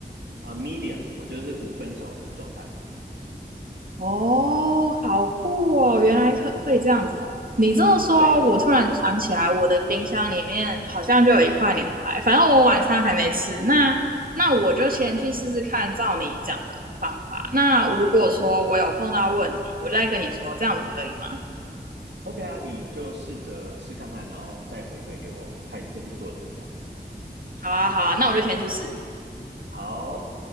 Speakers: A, on the right (about 90°); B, on the right (about 55°).
A: 啊 medium，我觉得是五分熟的状态，
B: 哦，好酷哦，原来可可以这样子哦。你这么说，
A: 对。
B: 我突然想起来，我的冰箱里面好像就有一块牛排，反正我晚餐还没吃。那那我就先去试试看，照你讲的方法。那如果说我有碰到问题，我就再跟你说，这样子可以吗？
A: OK 啊，你就试着试看看，然后再回馈给我，看你这次做的怎么样。
B: 好啊，好啊，那我就先去试。
A: 好，